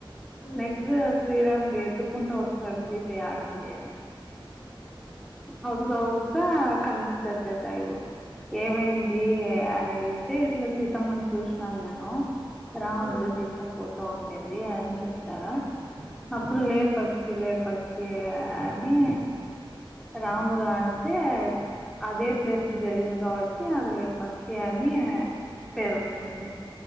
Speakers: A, on the left (about 65°); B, in the centre.
A: ఉమ్
B: నెక్స్ట్ శ్రీరాముడు ఎతుకుంటు వస్తాడు సీత యాడుంది అని అవుత
A: ఉమ్
B: వాస్త కనిపిస్తాది జటాయువు ఏమైంది అని అడిగితే ఇట్ల సీతమ్మని చూసినాను నేను రావణుడు
A: ఉమ్
B: తీసుకొని పోతా ఉండేది అని చెప్తాడ అప్పుడు లే పక్షి లే పక్షి అని రాముడు అంటే అదే ప్లేస్ జరిగింది కాబట్టి ఆడ లేపక్షి అని పేరు వచ్చింది